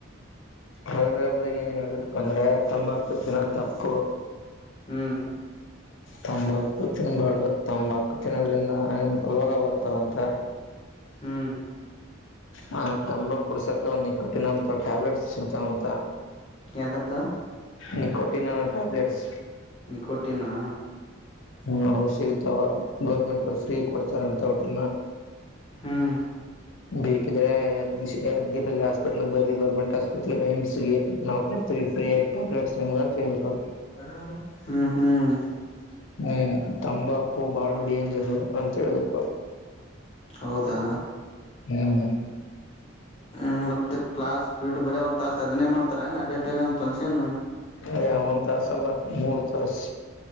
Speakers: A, on the left; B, on the left.
A: ಹದ್ರೆ ಹಬ್ದಾಗ ಏನ್ ಹೇಳಿದ್ರಪ್ಪ ಅಂದ್ರೆ ತಂಬಾಕು ತಿನ್ನದ್ ತಪ್ಪು
B: ಹ್ಮ್
A: ತಂಬಕು ತಿನ್ಬಾಡ್ ತಂಬಾಕು ತಿನ್ನೋದ್ರಿಂದ ರೋಗ ಬರ್ತಾವಂತ.
B: ಹ್ಮ್
A: ಹ ತಂಬಾಕ್ ಬುಡ್ಸಕ ನಿಕೋಟಿನ್ ಅಂತ ಓ ಟ್ಯಾಬ್ಲೆಟ್ಸ್ ಸಿಕ್ತಾವಂತ
B: ಎದ್ರುದ್ದ
A: ನಿಕೋಟಿನನ ಟ್ಯಾಬ್ಲೆಟ್ಸ್.
B: ನೀಕೊಟ್ಟಿನ್ನಾ
A: ಹ್ಮ ಅವಶ್ಯಗತವಾ ಗೌರ್ಮೆಂಟ್ ಅವರು ಫ್ರೀ ಕೊಡ್ತಾರಂತ ಅವಟ್ರಿನ್ನ.
B: ಹ್ಮ್
A: ಬೇಕಿದ್ರೆ ಯೆ ಬಿಸಿ ಎದ್ ಇಲ್ ಹಾಸ್ಪೀಟಲ್ ಬರಿ ಗೌರ್ಮೆಂಟ್ ಹಾಸ್ಪಿಟ್ಲಗ ಏಮ್ಸ್ಗೆ ನಾವು ಕೊಡ್ತೀವಿ ಫ್ರೀ ಆಗಿ ಟ್ಯಾಬ್ಲೆಟ್ಸ್ ನಿಮ್ಗ ಅಂತಿದ್ರು.
B: ಹ್ಮ್ ಹ್ಮ್ ಹ
A: ಹ್ಮ್ ತಂಬಾಕು ಬಾಳು ಡೇಂಜರ್ ಹ ಅಂತ ಹೇಳ್ದಪ್ಪ
B: ಹೌದಾ
A: ಹ್ಮ
B: ಹ್ಮ್ ಮತ್ತೆ ಕ್ಲಾಸ್ ಪ್ರಿಡ್ ಬೇರೆ ಒಂದ್ ತಾಸ ಅದನ್ನೇ ಮಾಡ್ತಾರ ಏನ್ ಅಡಿಟೋರಿಯಂ ಫಂಕ್ಷನು
A: ಅದ ಒಂದ್ ತಾಸಲ್ಲ ಮೂರ್ ತಾಸ್